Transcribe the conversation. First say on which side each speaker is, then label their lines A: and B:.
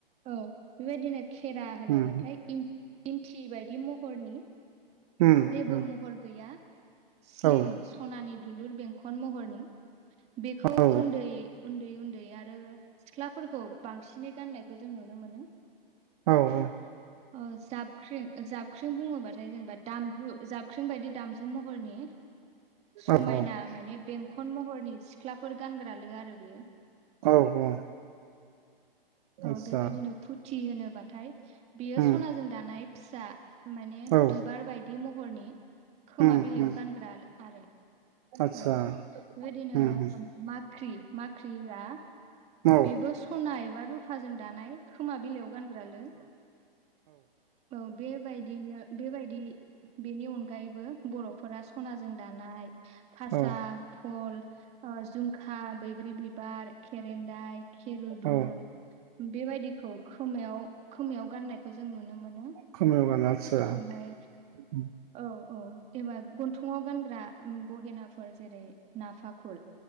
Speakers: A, on the right; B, on the right.
A: औ बेबायदिनो खेरा होनोबाथाय
B: उम
A: इन्थि बायदि महरनि
B: उम
A: जेबो
B: उम
A: महर गैया स्लिम
B: औ
A: सनानि द दुलुर बेंखन महरनि बेखौ
B: औ
A: उन्दै उन्दै उन्दै आरो सिख्लाफोरखौ बांसिनै गाननायखौ जों नुनो मोनो।
B: औ औ।
A: अ जाबख्रिं जाबख्रिं बुङोबाथाय जेनेबा दामजु जाबख्रिं बायदि दाम महरनि समायना
B: औ औ
A: माने बेंखन महर सिख्लाफोर गानग्रा लो आरो बेयो
B: औ औ।
A: औ
B: आस्सा
A: बेबायदिनो फुथि होनोबाथाय बेयो
B: उम
A: सनाजों दानाय फिसा माने
B: औ
A: बिबार बायदि महरनि खोमा
B: उम
A: बिलाइयाव
B: उम
A: गानग्रा आरो
B: आस्सा
A: औ बेबायदिनो
B: उम उम
A: मा? ख्रि माख्रिया
B: औ
A: बेबो सना एबा रुफाजों दानाय खोमा बिलाइयाव गानग्रालो औ बेबायदिनो बेबायदि बेनि अनगायैबो बर'फोरा सनाजों दानाय। फासा
B: औ
A: फल ओ जुमखा बैग्रि बिबार खेरेनदाय। खेरुदुल
B: औ
A: बेबायदिखौ खोमायाव खोमायाव गाननायखौ जों नुनो मोनो
B: खोमायाव गानो आदसा
A: ओमफाय
B: उम
A: औ औ एबा गन्थंआव गानग्रा गहेनाफोर जेरै नाफाखुल